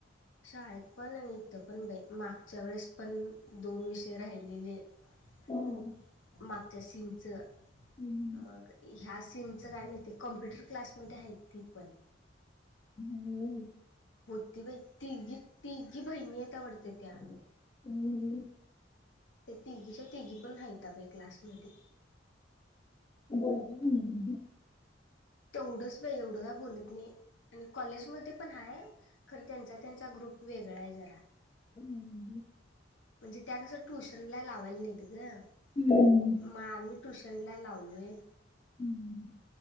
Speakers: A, on the left; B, on the left.
A: शाळेत पण आणि इथं पण बाई, मागच्या वेळेस पण दोन विषय राहिलेले. <inaudible>
B: हं.
A: मागच्या सिमचं,
B: हम्म.
A: मग ह्या सिमचं काय माहिती आहे. कॉम्प्युटर क्लासमध्ये आहेत ती पण
B: हं.
A: होती. बाई तिघी -तिघी बहिणी आहेत वाटतं त्या
B: हं हं.
A: त्या तिघीच्या तिघी पण हायता बाई क्लासमध्ये.
B: बोलत्या का नाही रिद्धी?
A: तेवढंच बाई! एवढं काय बोलत नाही. आणि कॉलेजमध्ये पण हाय. खरं त्यांचा त्यांचा ग्रुप वेगळा आहे जरा.
B: हं.
A: म्हणजे, त्या कसं ट्युशन ला लावायला नाहीत गं!
B: हं हं हं.
A: मग, आम्ही ट्युशन ला लावलोय.
B: हं.